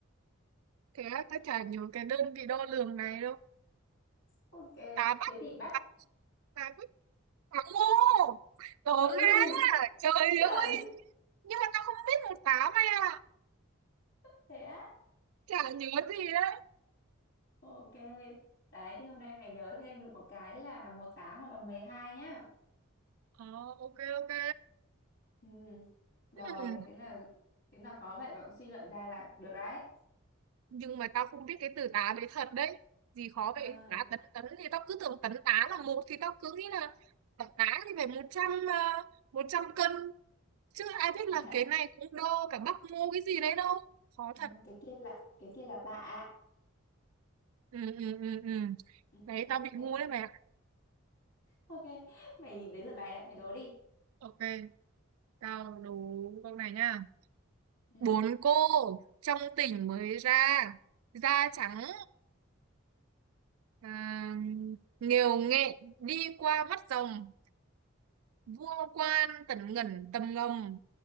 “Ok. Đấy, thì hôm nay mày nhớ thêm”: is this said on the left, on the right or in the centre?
Left